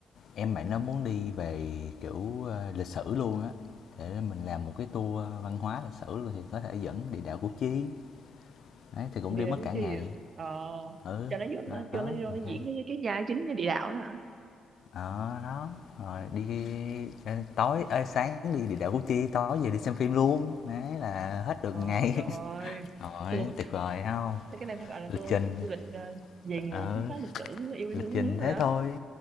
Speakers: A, on the left; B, on the right.
A: Em bạn nó muốn đi về, kiểu, ơ, lịch sử luôn á, để mình làm một cái tour văn hóa lịch sử luôn, thì có thể dẫn địa đạo Củ Chi, đấy, thì cũng
B: Vì
A: đi
B: là
A: mất
B: cái
A: cả ngày.
B: chi vậy? Ờ,
A: Ừ,
B: cho nó vô,
A: đó,
B: cho nó vô
A: 12
B: nó diễn cái cái gia chính cái địa đạo đó hả?
A: ờ, đó, rồi đi, ơ, tối ê, sáng đi địa đạo Củ Chi, tối về đi xem phim luôn, đấy, là hết được
B: Ờ,
A: ngày.
B: trời
A: <laughs>
B: ơi
A: Rồi,
B: tôi
A: tuyệt vời phải hông?
B: thế cái này phải gọi là
A: Lịch
B: tour
A: trình
B: du lịch ờ, về nguồn
A: ừ,
B: khám phá lịch sử yêu quê
A: lịch
B: hương đất
A: trình
B: nước
A: thế
B: rồi đó
A: thôi,